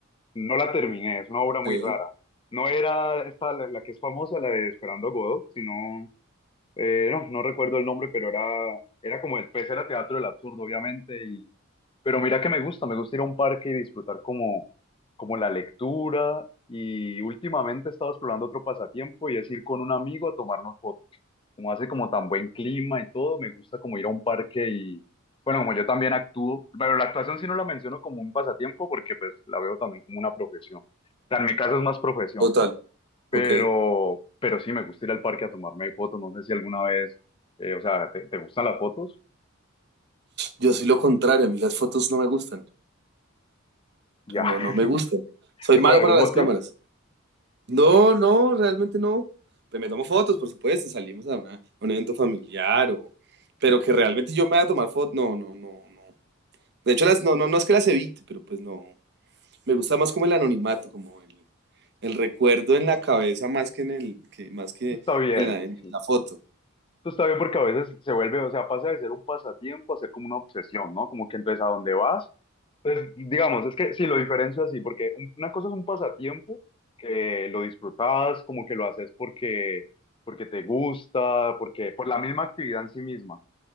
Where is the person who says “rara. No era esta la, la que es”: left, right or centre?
Left